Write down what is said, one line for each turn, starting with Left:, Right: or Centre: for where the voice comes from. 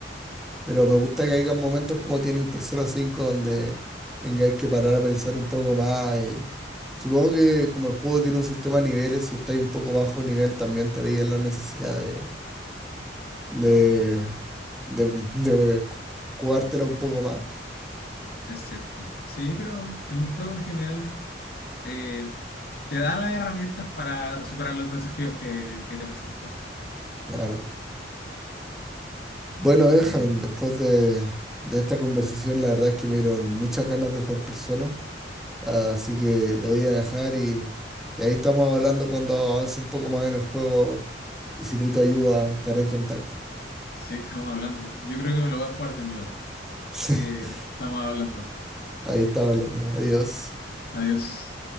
Centre: Pero me gusta que haya momentos como tiene el Persona 5 donde tengáis que parar a pensar un poco más y supongo que como el juego tiene un sistema de niveles, si estáis un poco bajo nivel también te veías la necesidad de, de, de, de ju- jugártela un poco más.
Left: Es cierto. Sí, pero el juego en general eh, te da las herramientas para superar los desafíos que, que te he presentado.
Centre: Claro. Bueno, Benjamín,
Left: Eh,
Centre: después de, de esta conversación, la verdad es que me dieron muchas ganas de jugar Persona. Así que te voy a dejar y, y ahí estamos hablando cuando avance un poco más en el juego. Y si necesito ayuda, estaré en contacto.
Left: sí, estamos hablando. Yo creo que me lo voy a jugar de nuevo.
Centre: <laughs>
Left: Así que estamos hablando.
Centre: Ahí estaba hablando. Adiós.
Left: Adiós.